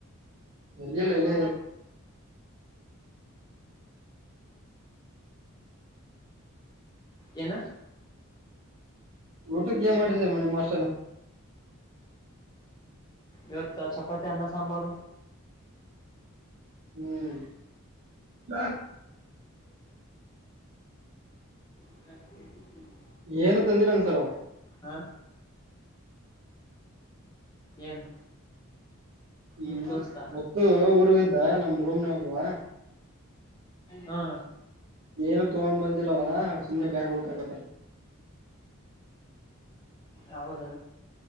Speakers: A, on the right; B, on the left.
A: ಇಲ್ಲಲ್ಲ ಇಲ್ಲ
B: ನು
A: ಊಟಕ್ಕೆ ಏ ಮಾಡತ ಮನೆಿ ಮಾಸ್ಟಲ್ಲ
B: ಇವತ್ತು ಚಪಾತಿಯನ್ನ ಸಾಮಾರ
A: ಹ್ಮ್ ನ
B: ಹ
A: ಏನು ತಂದಿಲ್ಲಂಗ ಸಾರೋ
B: ಹಾ ಏನು
A: ಹ್ಮ್
B: ನಿಮ್ ದೋಸ್ತ
A: ಗತ್ತು ಊರು ಇದ್ದ ನಮ ರೂಮ್ನ ಹದ್ುವ
B: ಹಾ
A: ಏನು ತಗೊ್ ಬಂದಿಲ್ಲವಾ ಸುಮ್ನೆ ಬ್ಯಾಗ್ ಹುಡ್ಕಕತ್ತಾರ
B: ಯೌದ